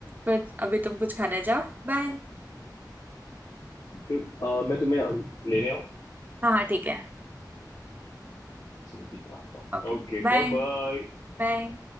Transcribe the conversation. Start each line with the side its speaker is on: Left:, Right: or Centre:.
Right: बट अभी तुम कुछ खाने जाओ बाय
Left: तो अ, मैं तुम्हें लेने आऊँ
Right: हाँ हाँ ठीक है
Left: चलो ठीक है मैं आता हूँ
Right: ओके
Left: ओके
Right: बाय
Left: बाय बाय
Right: बाय